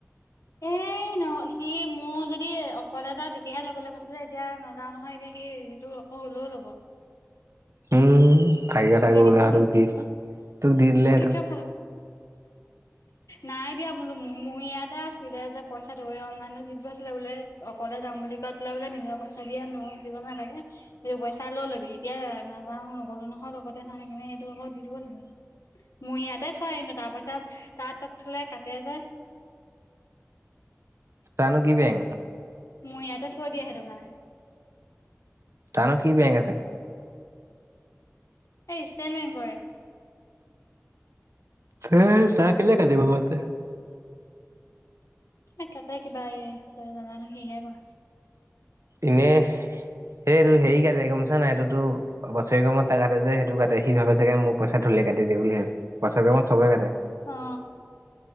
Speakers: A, on the left; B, on the right.
A: এ নহ সি মোৰ যদি অকলে যাওঁ তেতিয়াহে ল'বলৈ কৈছিলে এতিয়া নাযাও নহয় এতিয়া সি সেইটো অক লৈ ল'ব
B: অ থাৰিয়ে
A: মোক
B: থাকো
A: দি দিব
B: লৱাতোক
A: নি
B: দি তোক দি দিলে সেটো
A: কিন্তু নাই দিয়া বোলো মোৰ ইয়াতে আছিলে যে পইচা ধৰি অনলাইনত যিটো আছিলে বোলে অকলে যাম বুলি কোৱাত পেলাই বোলে নিজৰ পইচা দিয়ে আনো মোক দিব নালাগে সেইটো পইচা লৈ ল'বি এতিয়া নাযাও অকলেনো লগতে চা সেই কিনে সেইটো আকৌ দি দিব লাগিব মোৰ ইয়াতে থয় এনিও তাৰ পইচা তাত থোলাই কাটে যে
B: তা নো কি বেংক
A: মই ইয়াতে থৈ দিয়া সেইটো কাৰণে
B: তানো কি বেংক আছে
A: এই ষ্টেট বেংকৰে
B: এই চাই কেলে কাতিব ভৱানতে
A: ন তাতে কিবা এই চাৰে জানা নাই স হে গ
B: এনে সেই সেৰিকাৰণে গম পইচা নাই এইটোতো বছেয়েকৰ মোৰত কাটে যে সেইটো কাটে সি ভাবে চাগে মোক পইচা থলেই কাটি দিয়ে বুলি ভাবে বছেৰেকৰ মোৰত চবৰে কাটে
A: অহ